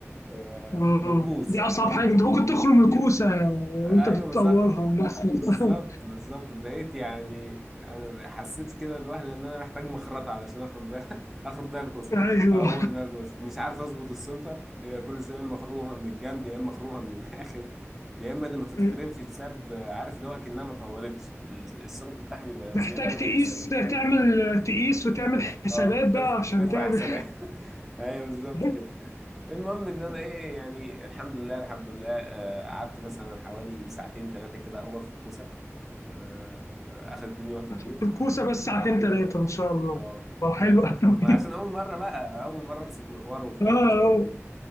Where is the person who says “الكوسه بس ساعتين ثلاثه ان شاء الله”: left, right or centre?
Left